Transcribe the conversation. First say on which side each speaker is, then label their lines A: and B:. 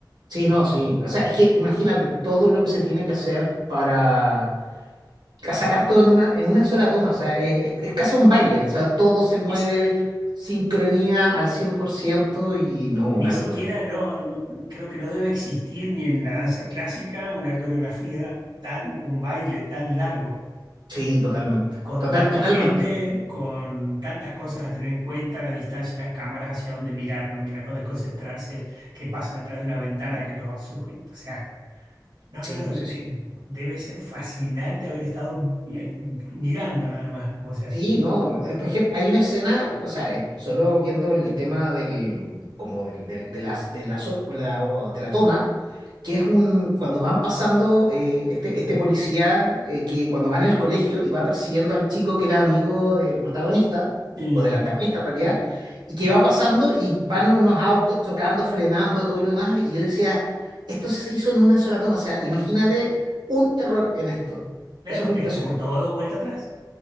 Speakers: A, on the right; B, on the right.
A: sí, no, sí. O sea, es que imagínate todo lo que se tiene que hacer para a sacar todo en una, en una sola toma, o sea, es, es- es casi un baile, o sea, todo se mueve,
B: Eso
A: sincronía al 100% y no, una
B: Ni siquiera,
A: locura.
B: no, no- creo que no debe existir ni en la danza clásica una coreografía tan, un baile tan largo,
A: Sí, totalmente,
B: con
A: total,
B: tanta
A: totalmente.
B: gente, con tantas cosas a tener en cuenta, la distancia, las cámaras, hacia dónde mirar, no mirar, no desconcentrarse, que pasan atrás de una ventana, que los sujetos, o sea, no,
A: Sí,
B: no, no,
A: sí,
B: de-
A: sí.
B: debe ser fascinante haber estado en- mirando nada más cómo se hace.
A: Sí, no. eh, Por ejemplo, hay una escena, o sea, eh, solo viendo el tema del, como del, del- de las, de la, so- o la- o de la toma, que es un, cuando van pasando, eh, este, este policía, eh, que cuando va en el colegio y va persiguiendo al chico que era amigo del protagonista,
B: Sí.
A: o del antagonista en realidad, y que va pasando y van unos autos chocando, frenando, todo lo demás, y yo decía, esto se hizo en una sola toma, o sea, imagínate un error en esto.
B: Claro,
A: Eso fue
B: es
A: impresionante.
B: que vu- todo vuelta atrás.